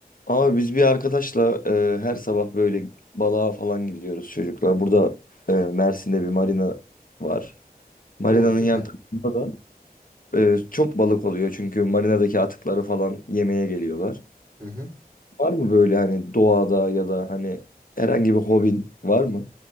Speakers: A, on the left; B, on the right.
A: Abi biz bir arkadaşla e, her sabah böyle balığa falan gidiyoruz çocuklar. Burada e, Mersin'de bir marina var. Marinanın
B: Oo süper.
A: yan tarafında da e, çok balık oluyor çünkü marinadaki atıkları falan yemeye geliyorlar.
B: Hı hı.
A: Var mı böyle hani doğada ya da hani herhangi bir hobin var mı?